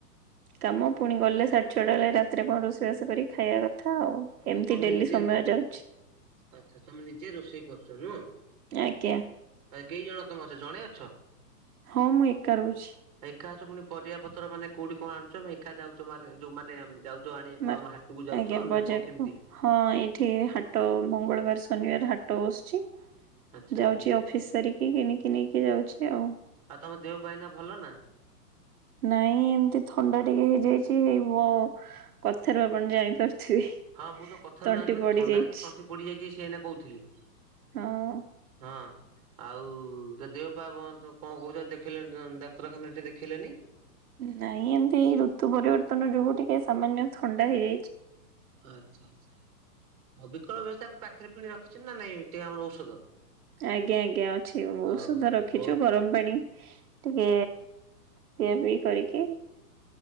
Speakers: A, on the right (about 65°); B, on the right (about 25°).
A: କାମ ପୁଣି ଗଲେ ସାଡେ ଛଅଟା ବେଳେ ରାତିରେ କଣ ରୋଷେଇବାସ କରି ଖାଇବା କଥା ଆଉ। ଏମିତି
B: ହ ତମେ
A: ଡେଲି
B: ନିଜେ
A: ସମୟ ଯାଉଛି
B: ଆଚ୍ଛା ତମେ ନିଜେ ରୋଷେଇ କରୁଛ ନୁହ?
A: ଆଜ୍ଞା
B: ଆ କେଇ ଜଣ ତମେ ଅଛ ଜଣେ ଅଛ?
A: ହଁ, ମୁଁ ଏକା ରହୁଛି।
B: ଏକା ଅଛ ପୁଣି ପରିବାପତ୍ର ମାନେ କୋଉଠି କଣ ଆଣୁଛ? ମେ ଏକା ଯାଉଛ ମାରେ ଯୋଉମାନେ ଉଁ, ଯାଉ ଆଣିବାକୁ
A: ମାର
B: ଆମ ହାଟକୁ ଯାଉଛ
A: ଆଜ୍ଞା ବଜାରକୁ
B: ନା? କଣ କେମିତି
A: ହଁ ଏଇଠି ହାଟ ମଙ୍ଗଳବାର, ଶନିବାର ହାଟ ବସୁଛି।
B: ଆଚ୍ଛା
A: ଯାଉଛି ଅଫିସ୍ ସାରିକି କିଣିକି ନେଇକି ଯାଉଛି ଆଉ।
B: ଆଉ ତମ ଦେହ ପା ଏଇନା ଭଲ ନା?
A: ନାଇଁ ଏମିତି ଥଣ୍ଡା ଟିକେ ହେଇଯାଇଛି ହେଇ ମୁଁ କଥାରୁ ଆପଣ ଜାଣିପାରୁଥିବେ।
B: ହଁ ମୁଁତ କଥାରୁ
A: ତଣ୍ଟି
B: ଜାଣି ପାରୁଛି
A: ପଡି
B: ଥଣ୍ଡା
A: ଯାଇଛି
B: କି ତଣ୍ଟି ପଡିଯାଇଛି ସିଏ ଏଇନା କହୁଥିଲେ।
A: ହଁ।
B: ହଁ ଆଉ ଯଦି କଣ କହୁଛ ଦେଖ ଡା-ଡାକ୍ତରଖାନାରେ ଟିକେ ଦେଖେଇଲେନି।
A: ନାଇଁ ଏମିତି ଏଇ ଋତୁ ପରିବର୍ତ୍ତନ ଯୁଗୁ ଟିକେ ସାମାନ୍ୟ ଥଣ୍ଡା ହେଇଯାଇଚି।
B: ଆଚ୍ଛା ଆଚ୍ଛା ହଉ ବିକଳ ବ୍ୟବସ୍ଥା ପାଖରେ ଫେଣି ରଖିଛନ୍ତି ନା ନାଇଁ ଟିକେ ଆମର ଔଷଧ।
A: ଆଜ୍ଞା ଆଜ୍ଞା ଅଛି।
B: ହଉ
A: ଔଷଧ ରଖିଚୁ
B: ବହୁ
A: ଗରମ ପାଣି ଟିକେ ପିଆ ପିଇ କରିକି